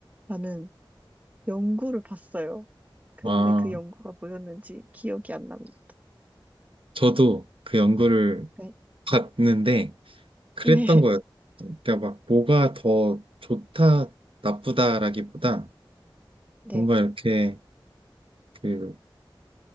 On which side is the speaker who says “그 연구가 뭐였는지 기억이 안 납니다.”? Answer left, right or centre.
Right